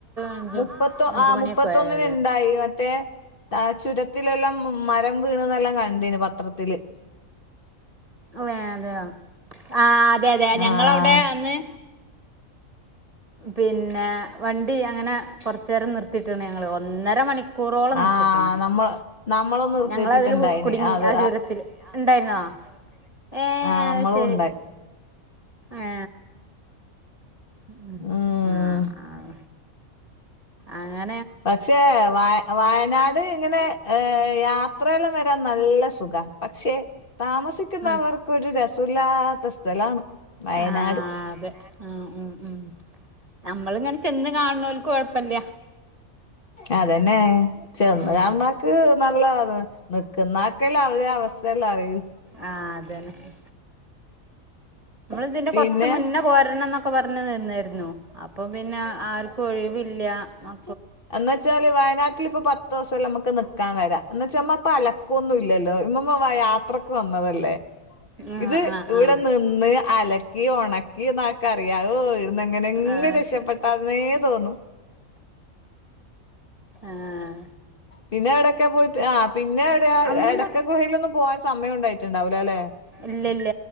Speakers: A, on the right; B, on the left.
A: അഞ്ച്
B: മുപ്പത്തൊ
A: അഞ്ച്-
B: ആ
A: മണിയൊക്കെ
B: മുപ്പത്തൊന്നിന്
A: ആയി.
B: ഉണ്ടായി മറ്റേ ആഹാ ചുരത്തിലെല്ലാം മരം വീണന്നെല്ലാം കണ്ടിന് പത്രത്തില്.
A: വേ അതേയോ ആ അതെ അതെ അതെ
B: ആഹ്
A: ഞങ്ങളവിടെ അന്ന് പിന്നെ വണ്ടി അങ്ങനെ കുറച്ചേരം നിർത്തിയിട്ട്ണ് ഞങ്ങൾ ഒന്നര മണി കൂറോളം നിർത്തിട്ട്ണ്
B: ആഹ് നമ്മള് നമ്മളും നിർത്തിയിട്ടിട്ടുണ്ടായിന്
A: ഞങ്ങള് അതില് കുടുങ്ങി
B: അത്
A: ആ ചുരത്തില് ഇണ്ടായിരുന്നോ ഏ
B: ആഹ് നമ്മളും
A: അത് ശരി
B: ഉണ്ടായി
A: ഏ ഉം
B: ഉം
A: ആഹ ആഹ അങ്ങ
B: പക്ഷേ വ വയനാട് ഇങ്ങനെ ഏ യാത്രയെല്ലാം വരാൻ നല്ല സുഖാ പക്ഷെ താമസിക്കുന്നവർക്കരു
A: ഉം
B: രസമില്ലാത്ത സ്ഥലാണ് വയനാട്
A: ആഹ് അതെ ആ ഉം ഉം നമ്മള് ഇങ്ങനെ ചെന്ന് കാണുന്നോല്ക്ക് കൊഴപ്പല്ല്യ
B: അതെന്നെ ചെന്ന്
A: ഉം
B: കാണുന്നോൽക്ക് നല്ലതാണ് നിക്കുന്നാക്കെല്ലെ അവടെ അവസ്ഥയല്ലാം അറിയൂ
A: ആ അതന്നെ ക്കെ
B: പിന്നെ
A: പറഞ്ഞു നിന്നായിരുന്നു അപ്പൊ പിന്നെ ആർക്കും ഒഴിവില്ല. മ
B: എന്ന് വച്ചാല് വയനാട്ടിൽ ഇപ്പൊ പത്ത് ദിവസംല്ലം നമുക്ക് നിക്കാൻ വരാ എന്ന വച്ചാ പ്പ അല ഒന്നുല്ലല്ലോ ഇമ്മമ്മ യാത്രക്ക് വന്നതല്ലേ
A: ആഹ്
B: ഇത്
A: ആഹ്
B: ഇവിടെ
A: ആഹ്
B: നി ന്ന് അലക്കി ഒണക്കി ന കറിയാലോ ഇടന്ന് എങ്ങനെകിലു
A: ആഹ്
B: രക്ഷപ്പെട്ടാന്നേ
A: ശരി
B: തോന്നു
A: ആഹ
B: പിന്നെ എവിടയൊക്കെ പോയിട്ട് ആ പിന്നെ എവിടെയാ
A: അമ്മ
B: എടക്ക ഗുഹയിലൊന്നും പോവാൻ സമയം ഉണ്ടായിട്ടുണ്ടാവൂലലേ
A: ഇല്ല ഇല്ല